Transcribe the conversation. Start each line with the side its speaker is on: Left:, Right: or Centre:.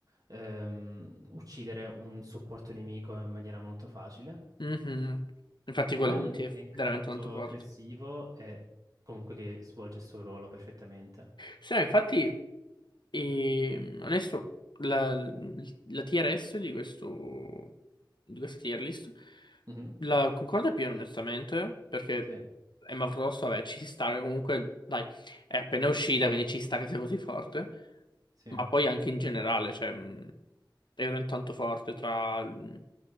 Right: ehm, uccidere un supporto nemico in maniera molto facile.
Left: Mhm. Infatti
Right: Secondo
Left: quella
Right: me
Left: ulti
Right: è un tank
Left: è veramente
Right: molto
Left: tanto forte.
Right: aggressivo e comunque che svolge il suo ruolo perfettamente.
Left: Sì, no, infatti, eh, onesto, la, la tier S di questo, di questa tier list
Right: Mhm.
Left: la concorda più onestamente, perché
Right: Sì,
Left: Emma Frost, vabbè, ci sta che comunque, dai, è appena uscita, quindi ci sta che sia così forte.
Right: sì.
Left: ma poi anche in generale, cioè, mh, era intanto forte tra mh,